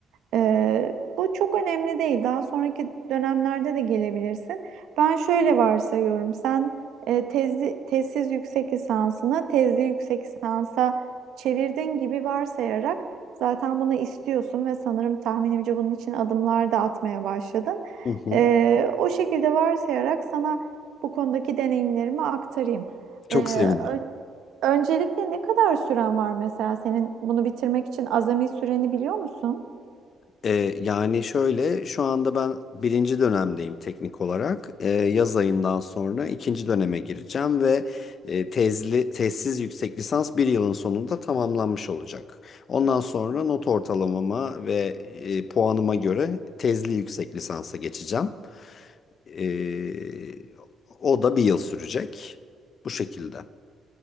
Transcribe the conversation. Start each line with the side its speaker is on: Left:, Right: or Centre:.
Right: Ee, bu çok önemli değil. Daha sonraki dönemlerde de gelebilirsin. Ben şöyle varsayıyorum. Sen e, tezli, tezsiz yüksek lisansını tezli yüksek lisansa çevirdin gibi varsayarak zaten bunu istiyorsun ve sanırım tahminimce bunun için adımlar da atmaya başladın.
Left: Hı hı.
Right: Ee, o şekilde varsayarak sana bu konudaki deneyimlerimi aktarayım.
Left: Çok
Right: Ee,
Left: sevinirim.
Right: Öncelikle ne kadar süren var mesela senin bunu bitirmek için azami süreni biliyor musun?
Left: E, yani şöyle şu anda ben birinci dönemdeyim teknik olarak. E, yaz ayından sonra ikinci döneme gireceğim ve e, tezli, tezsiz yüksek lisans bir yılın sonunda tamamlanmış olacak. Ondan sonra not ortalamama ve e, puanıma göre tezli yüksek lisansa geçeceğim. E, o da bir yıl sürecek. Bu şekilde.